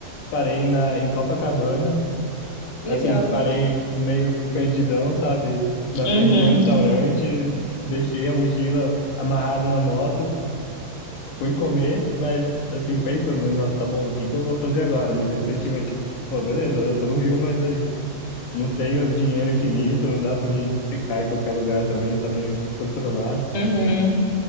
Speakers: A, on the left; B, on the left.
A: Parei na, em Copacabana
B: Que
A: assim,
B: legal.
A: parei meio perdidão, sabe? Na
B: Uhum.
A: frente de um restaurante, deixei a mochila amarrada na moto, fui comer, mas assim, pensando, né, nossa, tá bom, o que que eu vou fazer agora? Naquele sentimento, tipo, pô, beleza, eu tô no Rio, mas aí, não tenho dinheiro infinito, não dá pra mim ficar em qualquer lugar também, tá meio controlado.
B: Uhum.